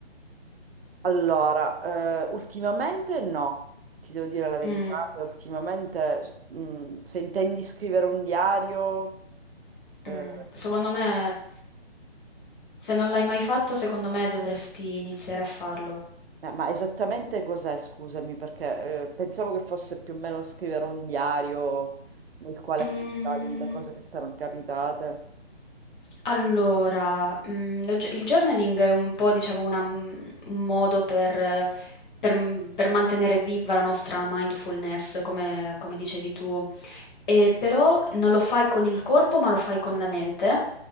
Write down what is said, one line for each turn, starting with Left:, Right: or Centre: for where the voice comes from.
Right: allora, eh, ultimamente no, ti devo dire la verità,
Left: Mm,
Right: che ultimamente, mm, se intendi scrivere un diario, eh,
Left: mm. Secondo me, se non l'hai mai fatto, secondo me dovresti iniziare a farlo.
Right: Eh, ma esattamente cos'è, scusami, perché eh, pensavo che fosse più o meno scrivere un diario nel quale
Left: Mm.
Right: appuntavi le cose che ti erano capitate.
Left: Allora, mhmm, la gio il journaling è un po' diciamo una mhmm, un modo per per m per mantenere viva la nostra mindfulness, come come dicevi tu, ehm, però non lo fai con il corpo, ma lo fai con la mente,